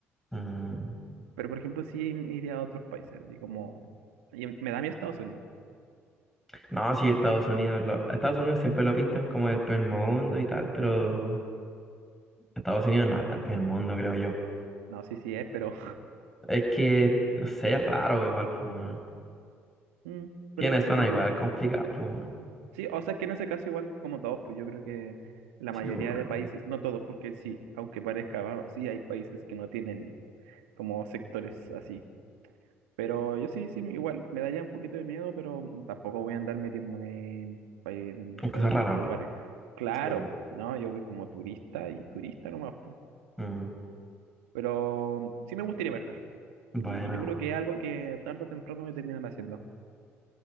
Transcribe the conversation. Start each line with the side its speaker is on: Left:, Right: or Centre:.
Centre: Mm,
Right: Pero por ejemplo, sí iría a otros países, así como... y em, me da miedo Estados Unidos.
Centre: No, sí, Estados Unidos, lo- Estados Unidos siempre lo pintan como el primer mundo y tal, pero Estados Unidos no es el primer mundo, creo yo.
Right: No, sí, sí es, pero...
Centre: Es que, no sé, es raro igual, pues.
Right: <laughs> mm,
Centre: Tiene
Right: Pero no
Centre: zona
Right: sé, yo
Centre: igual
Right: creo...
Centre: complicada, pues, weón.
Right: Sí, o sea, es que en ese caso igual como todos, pues yo creo que la mayoría
Centre: Sí, bueno.
Right: de países, no todos, porque sí, aunque parezca raro, sí hay países que no tienen como sectores así Pero yo sí, sí, igual me da ya un poquito de miedo, pero tampoco voy a andar metiéndome en, en-
Centre: Una cosa
Right: en
Centre: rara.
Right: lugares.
Centre: pues.
Right: Claro,
Centre: Sí, bueno.
Right: po, no, yo voy como turista y turista nomás, po.
Centre: Mm,
Right: Pero sí me gustaría viajar.
Centre: Bueno,
Right: Y, y yo creo que es algo que tarde o temprano voy a terminar haciendo.